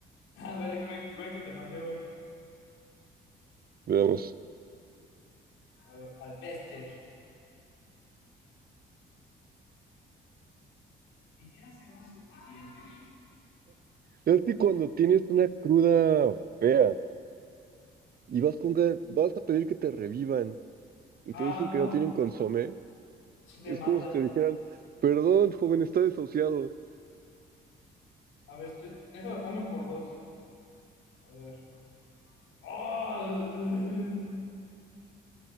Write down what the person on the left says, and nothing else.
Ah, vale, que, me- que- vale que te mande hoy.
A ver, al Pester. ¿Y qué hacemos el siguiente?
Ah,
no.
Si te
mata.
A ver, estoy. Déjame pongo en por dos. A ver. ¡Oh! <laughs>